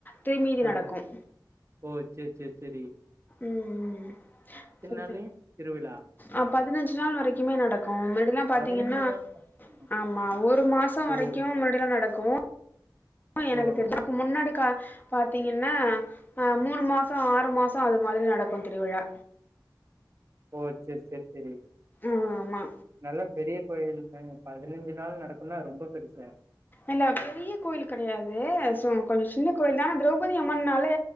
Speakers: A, on the left; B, on the right.
A: திமீதி
B: ஆ
A: நடக்கும்
B: ஓ செரி செரி செரி
A: ம் ம் ம் செரிதான்
B: நாளு திருவிழா
A: ஆ பதினஞ்சு நாள் வரைக்குமே நடக்கும் முன்னடியல்லாம் பாத்தீங்கன்னா
B: பதினஞ்சு நாள் நடக்குமா
A: ஆமா ஒரு மாசம் வரைக்கும்
B: ஓ
A: முன்னாடியிலாம் நடக்கும் எனக்கு
B: ஓ
A: தெரிஞ்சிருக்கும் இதுக்கு முன்னாடி கா பாத்தீங்கன்னா அ மூணு மாசோ ஆறு மாசோ அது மாறி நடக்கும் திருவிழா
B: ஓ சேரி சேரி சேரி
A: ம் ஆமா
B: நல்லா பெரிய கோயில் பதினஞ்சு நாள் நடக்கும்னா ரொம்ப பெருசா
A: ல்ல பெரிய கோயில் கிடையாது சோ கொஞ்சம் சின்ன கோயில் தான்னா திரௌபதி அம்மனாலே